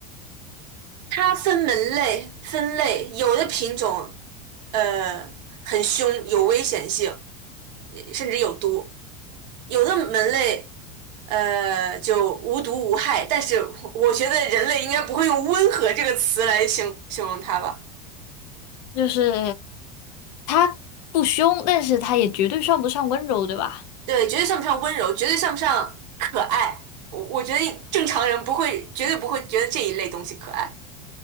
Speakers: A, on the right; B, on the left.
A: 它分门类分类，有的品种呃很凶，有危险性，甚至有毒。有的门类，呃，就无毒无害，但是我觉得人类应该不会用温和这个词来形形容它吧？
B: 就是它不凶，但是它也绝对算不上温柔，对吧？
A: 对，绝对算不上温柔，绝对算不上可爱。我我觉得正常人不会，绝对不会觉得这一类东西可爱。